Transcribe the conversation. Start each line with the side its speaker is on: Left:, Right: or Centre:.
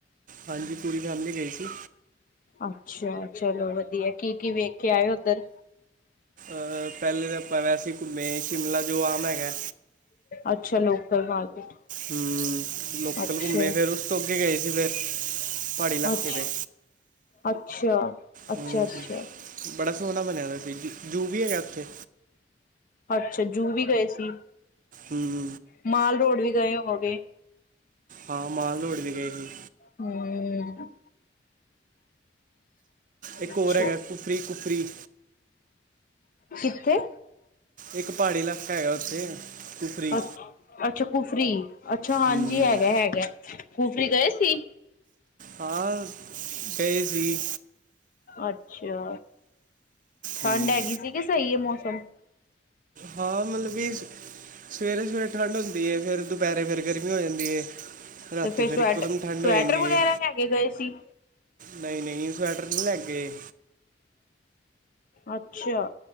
Right: ਹਾਂਜੀ ਪੂਰੀ ਫੈਮਿਲੀ ਗਈ ਸੀ।
Left: ਅੱਛਾ ਚਲੋ ਵਧੀਆ ਕੀ ਕੀ ਵੇਖ ਕੇ ਆਏ ਉੱਧਰ
Right: ਅ ਪਹਿਲੇ ਤਾਂ ਆਪਾਂ ਵੈਸੇ ਘੁੰਮੇ ਸ਼ਿਮਲਾ ਜੋ ਆਮ ਹੈਗਾ।
Left: ਅੱਛਾ ਲੋਕਲ ਮਾਰਕੀਟ
Right: ਹਮ, ਲੋਕਲ
Left: ਅੱਛਾ,
Right: ਘੁੰਮੇ ਫਿਰ ਉਸ ਤੋਂ ਅੱਗੇ ਗਏ ਸੀ ਫਿਰ ਪਹਾੜੀ ਇਲਾਕੇ
Left: ਅੱਛ,
Right: ਤੇ
Left: ਅੱਛਾ, ਅੱਛਾ
Right: ਹਮ,
Left: ਅੱਛਾ
Right: ਹਮ। ਬੜਾ ਸੋਹਣਾ ਬਣਿਆ ਦਾ ਸੀ, ਜੂ ਵੀ ਹੈਗਾ ਉੱਥੇ
Left: ਅੱਛਾ, ਜੂ ਵੀ ਗਏ ਸੀ।
Right: ਹਮ।
Left: ਮਾਲ ਰੋਡ ਵੀ ਗਏ ਹੋਵੋਗੇ?
Right: ਹਾਂ, ਮਾਲ ਰੋਡ ਵੀ ਗਏ ਸੀ।
Left: ਹਮ।
Right: ਇੱਕ
Left: ਅੱਛਾ।
Right: ਹੋਰ ਹੈਗਾ ਕੁਫਰੀ ਕੁਫਰੀ
Left: ਕਿਥੇ?
Right: ਇੱਕ ਪਹਾੜੀ ਇਲਾਕਾ ਹੈਗਾ ਉੱਥੇ, ਕੁਫਰੀ
Left: ਅ ਅੱਛਾ ਕੁਫਰੀ, ਅੱਛਾ ਹਾਂਜੀ
Right: ਹਮ
Left: ਹੈਗਾ ਹੈਗਾ, ਕੁਫਰੀ ਗਏ ਸੀ?
Right: ਹਾ ਗਏ ਸੀ।
Left: ਅੱਛਾ, ਠੰਡ
Right: ਹਮ
Left: ਹੈਗੀ ਸੀ ਕਿ ਸਹੀ ਹੈ ਮੌਸਮ?
Right: ਹਾਂ ਮਤਲਬ ਵੀ, ਸਵੇਰੇ ਸਵੇਰੇ ਠੰਢ ਹੁੰਦੀ ਹੈ, ਫੇਰ ਦੁਪਹਿਰੇ ਫਿਰ ਗਰਮੀ ਹੋ ਜਾਂਦੀ ਹੈ, ਰਾਤੀ
Left: ਤੇ ਸਵੈਟ
Right: ਫਿਰ ਇਕਦਮ ਠੰਡ
Left: ਸਵੈਟਰ
Right: ਹੋ ਜਾਂਦੀ
Left: ਵਗੈਰਾ
Right: ਹੈ।
Left: ਲੈ ਕੇ ਗਏ ਸੀ?
Right: ਨਹੀਂ ਨਹੀਂ, ਸਵੈਟਰ ਨਹੀਂ ਲੈ ਕੇ ਗਏ।
Left: ਅੱਛਾ।